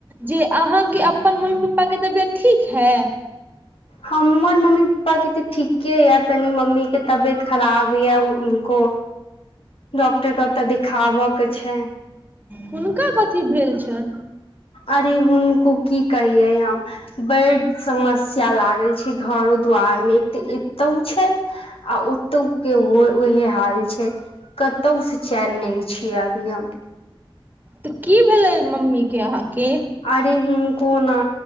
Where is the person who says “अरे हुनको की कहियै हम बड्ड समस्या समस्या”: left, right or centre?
Left